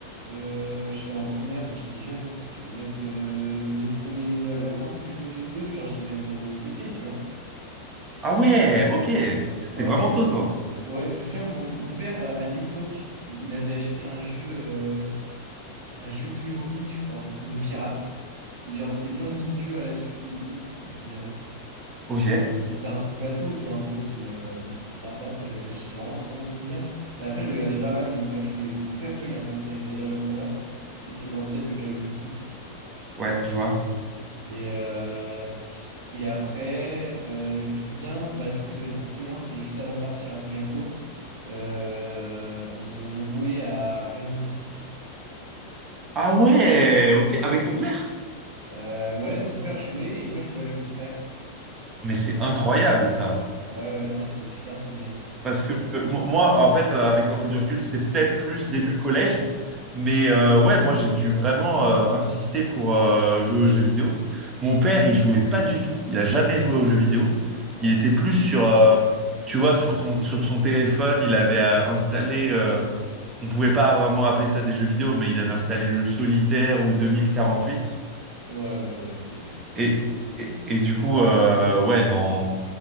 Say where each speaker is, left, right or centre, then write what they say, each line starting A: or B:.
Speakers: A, on the right; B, on the right.
A: Euh, j'étais en primaire, mais j'étais jeune, hein. Je devais être, euh, mes, pre- mes- la première fois que j'ai joué aux jeux vidéo, genre, je devais être au CP, tu vois.
B: Ah ouais, ok. C'était
A: Ouais.
B: vraiment tôt, toi.
A: Ouais, je sais, mon, mon père, à à l'époque, il il avait acheté un jeu, euh, un jeu Playmobil, je crois, de pirates. Et genre, c'était plein de mini-jeux à la suite et tout, je me souviens.
B: Ok,
A: Mais c'était un truc bateau, tu vois, un peu, mais, euh, mais c'était sympa. J'avais, j'ai vraiment un très bon souvenir. Et après, je regardais pas mal mon père jouer. Mon père, tu vois, il a commencé avec Medal of Honor. Tu sais, c'est l'ancêtre de Call of Duty.
B: ouais, je vois.
A: Et, euh, et après, euh, je me souviens, bah, du coup, je devais être en C1, c'était juste avant de partir à Singapour. Euh, on jouait à Rainbow Six.
B: Ah ouais, ok. Avec ton père?
A: Euh, ouais, mon père jouait et moi, je jouais avec mon frère.
B: Mais c'est incroyable, ça.
A: Ouais, ouais, ouais, c'est des super souvenirs.
B: Parce que euh, mo- moi, en fait, euh, avec un peu du recul, c'était peut-être plus début collège. Mais euh, ouais, moi, j'ai dû vraiment euh, insister pour euh, jouer aux jeux vidéo. Mon père, il jouait pas du tout. Il a jamais joué aux jeux vidéo. Il
A: Ouais,
B: était plus sur, euh, tu vois, sur son, sur son téléphone. Il avait euh, installé, euh, on pouvait pas vraiment appeler ça des jeux vidéo, mais il avait installé le Solitaire ou 2048.
A: ouais, ouais, ouais, ok.
B: Et,
A: <laughs>
B: et, et du coup, euh, ouais, dans